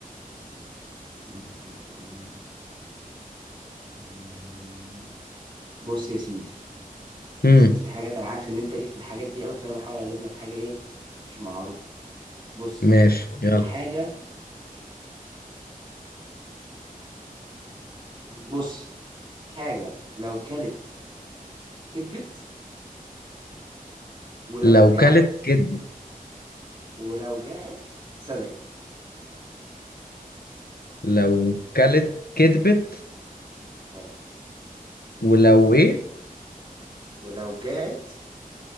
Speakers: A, on the right; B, on the left.
A: ممكن اقول لك بص يا سيدي بس
B: امم
A: انت في حاجات انا عارف ان انت ليك في الحاجات دي قوي فانا بحاول اجيب لك حاجه ايه مش معروفه بص
B: ماشي يلا
A: حاجه بص حاجه لو كلت كدبت ولو
B: لو
A: جاعت
B: كلت كدبت
A: ولو جاعت صدقت
B: لو كلت كدبت
A: اه
B: ولو ايه
A: ولو جاعت